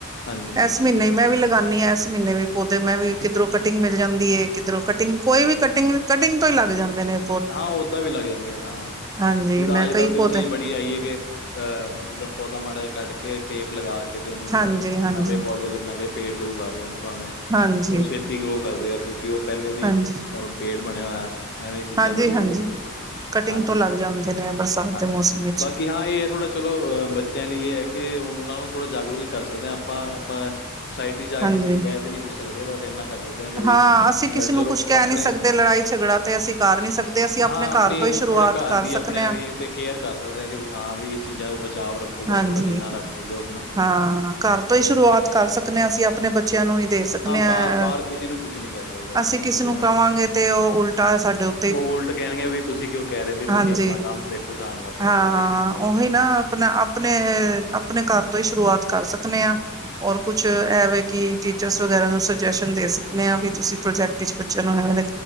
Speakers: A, on the left; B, on the right.
A: ਹਾਂਜੀ, ਹਾਂਜੀ,
B: ਇਸ ਮਹੀਨੇ
A: ਹਾਂਜੀ।
B: ਮੈਂ ਵੀ ਕਰਨੀ ਆ ਇਸ ਮਹੀਨੇ ਵੀ ਪੌਦੇ ਮੈਂ ਵੀ ਕਿੱਧਰੋਂ ਕਟਿੰਗ ਮਿਲ ਜਾਂਦੀ ਏ ਕਿੱਧਰੋਂ ਕਟਿੰਗ ਕੋਈ ਵੀ ਕਟਿੰਗ-ਕਟਿੰਗ ਤੋਂ ਹੀ ਲੱਗ ਜਾਂਦੇ ਨੇ
A: ਹਾਂ ਉਓਦਾਂ ਵੀ ਲੱਗ ਜਾਂਦੇ ਹਾਂ
B: ਹਾਂਜੀ
A: ਜਿੱਦਾਂ
B: ਮੈਂ
A: ਅੱਜ
B: ਕਈ
A: ਕੱਲ੍ਹ ਤੇ
B: ਪੌਦੇ
A: ਉਹ ਚੀਜ਼ ਬੜੀ ਆਈ ਹੈ ਕਿ ਅ ਜਦੋਂ ਪੌਦਾ ਮਾੜਾ ਕੱਢ ਕੇ ਟੇਪ ਲਗਾ ਕੇ ਕਿਤੇ ਉਹਨੂੰ
B: ਹਾਂਜੀ,
A: ਅਹ
B: ਹਾਂਜੀ,
A: ਨਵੇਂ ਪੌਦੇ ਨਵੇਂ ਪੇੜ ਚ ਉਗਾ ਦੋ ਉਹਨੂੰ ਭਾਵੇਂ
B: ਹਾਂਜੀ,
A: ਉਹ ਛੇਤੀ ਗਰੋ ਕਰਦੇ ਆ ਕਿਉਂਕਿ ਉਹ ਪਹਿਲੇ ਦੀ
B: ਹਾਂਜੀ,
A: ਅਹ ਪੇੜ ਬਣਿਆ ਹੋਇਆ ਐਵੇਂ ਚੀਜ਼ਾਂ
B: ਹਾਂਜੀ,
A: ਬੜੀ ਵਧੀਆ
B: ਹਾਂਜੀ ਕਟਿੰਗ
A: ਹਾਂਜੀ-ਹਾਂਜੀ
B: ਤੋਂ ਲੱਗ ਜਾਂਦੇ ਨੇ ਬਰਸਾਤ ਦੇ ਮੌਸਮ ਵਿੱਚ
A: ਬਾਕੀ ਹਾਂ ਇਹ ਥੋੜ੍ਹਾ ਚਲੋ ਅਹ ਬੱਚਿਆਂ ਲਈ ਇਹ ਹੈ ਕਿ ਹੁਣ ਉਹਨਾਂ ਨੂੰ ਥੋੜ੍ਹਾ ਜਾਗਰੂਕ ਹੀ ਕਰ ਸਕਦੇ ਹਾਂ ਆਪਾਂ-ਆਪਾਂ ਸੁੋਸਾਇਟੀ ਜਾ
B: ਹਾਂਜੀ
A: ਕੇ ਕਿਸੇ ਨੂੰ ਕਹਿ ਤੇ ਨੀ ਪੁੱਛ ਸਕਦੇ ਬਸ ਇੰਨਾ ਕਰ ਸਕਦੇ ਕਿ ਬਈ
B: ਹਾਂ ਅਸੀਂ ਕਿਸੇ
A: ਅ,
B: ਨੂੰ
A: ਚਲੋ
B: ਕੁਛ ਕਹਿ
A: ਆਪਣੇ
B: ਨਹੀਂ ਸਕਦੇ ਲੜਾਈ ਝਗੜਾ ਤੇ ਅਸੀਂ ਕਰ ਨੀ ਸਕਦੇ ਅਸੀਂ ਆਪਣੇ
A: ਹਾਂ, ਆਪਣੀ
B: ਘਰ ਤੋਂ ਹੀ ਸ਼ੁਰੂਆਤ
A: ਥੋੜ੍ਹੇ ਘਰ
B: ਕਰ
A: ਦੀ
B: ਸਕਦੇ
A: ਆਪਣਿਆਂ
B: ਹਾ
A: ਦੀ ਤੇ ਕੇਅਰ ਕਰ ਸਕਦੇ ਹਾਂ ਕਿ ਵੀ ਹਾਂ ਵੀ ਇਸ ਚੀਜ਼ਾਂ ਤੋਂ ਬਚਾਵ ਰੱਖੋ ਬਸ
B: ਹਾਂਜੀ
A: ਥੋੜ੍ਹਾ ਜਿੰਨਾ ਰੱਖ ਸਕਦੇ ਹੋ ਆਪਣਾ।
B: ਹਾਂ ਘਰ ਤੋਂ ਹੀ ਸ਼ੁਰੂਆਤ ਕਰ ਸਕ ਦੇ ਹਾਂ ਅਸੀਂ ਆਪਣੇ ਬੱਚਿਆਂ ਨੂੰ ਹੀ ਦੇ ਸਕਦੇ ਹਾਂ
A: ਬਾਹਰ ਬਾਹਰ ਕਿਸੇ ਨੂੰ ਕੁਛ ਨੀ ਕਹਿ ਸਕਦੇ ਆਪਾਂ
B: ਅਸੀਂ
A: ਇਸ
B: ਕਿਸੇ
A: ਚੀਜ਼
B: ਨੂੰ
A: ਬਾਰੇ
B: ਕਵਾਂਗੇ ਤੇ ਉਹ ਉਲਟਾਆ ਸਾਡੇ ਤੇ
A: ਉਹ ਉਲਟ ਕਹਿਣਗੇ ਵੀ ਤੁਸੀਂ ਕਿਉਂ ਕਹਿ ਰਹੇ ਵੀ
B: ਹਾਂਜੀ
A: ਤੁਸੀਂ ਆਪਣਾ ਕੰਮ ਦੇਖੋ ਸਾਨੂੰ ਆਪਣਾ
B: ਹਾਂ
A: ਕੰਮ ਦੇਖਣ ਦੋ
B: ਉਹੀ ਨਾ ਆਪਣਾ ਆਪਣੇ-ਆਪਣੇ ਘਰ ਤੋਂ ਹੀ ਸ਼ੁਰੂਆਤ ਕਰ ਸਕਦੇ ਹਾਂ ਹੋਰ ਕੁਛ ਐਵੇ ਕਿ ਵਗੈਰਾ ਨੂੰ ਸੁਜੈਸ਼ਨ ਦੇ ਸਕਦੇ ਆ ਵੀ ਤੁਸੀਂ ਪ੍ਰੋਜੈਕਟ ਚ ਬੱਚਿਆਂ ਨੂੰ ਏਵੇਂ